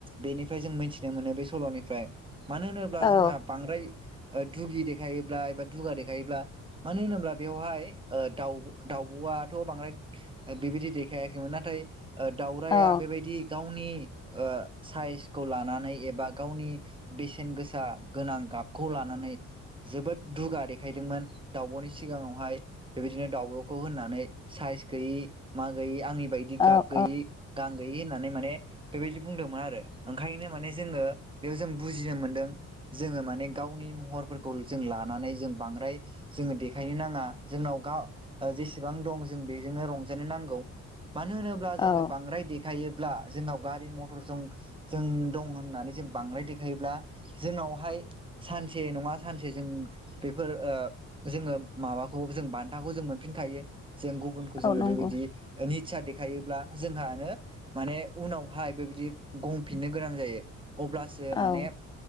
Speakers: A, on the right; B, on the left.
A: बेनिफ्राय जों मिथिनो मोनो बे सल'निफ्राय मानो होनोब्ला
B: औ
A: जोंहा बांद्राय ओ दुगि देखायोब्ला एबा दुगा देखायोब्ला मानो होनोब्ला बेवहाय ओ दाउ दाउब'आथ' बांद्राय बेबायदि देखायाखैमोन नाथाय दाउरायआ
B: औ
A: बेबायदि गावनि ओ साइसखौ लानानै एबा गावनि बेसेन गोसा गोनां गाबखौ लानानै जोबोद दुगा देखायदोंमोन दावब'नि सिगाङावहाय बेबायदिनो दाउब'खौ होननानै साइस गैयि मा गैयि आंनि बायदि
B: औ
A: गाब गैयि गां गयि होननानै माने बेबायदि बुंदोंमोन आरो ओंखायनो माने जोङो बेयाव जों बुजिनो मोनदों जोङो माने गावनि महरफोरखौ जों लानानै जों बांद्राय जोङो देखायनो नाङा जोंनाव गाव जेसेबां दं जों बेजोंनो रंजानो नांगौ मानो होनोब्ला जों
B: औ
A: बांद्राय दे खायोब्ला जोंनाव गारि मथर जों जों दं होननानै जों बांद्राय देखायोब्ला जोंनावहाय सानसे नङा सानसे जों बेफोर ओ जोङो माबाखौ जों बान्थाखौ जों मोनफिनखायो जों गुबुनखौ जोङो
B: औ नंगौ
A: बेबायदि निच्चा देखायोब्ला जोंहानो माने उनावहाय बेबायदि गंफिननो गोनां जायो अब्लासो माने
B: औ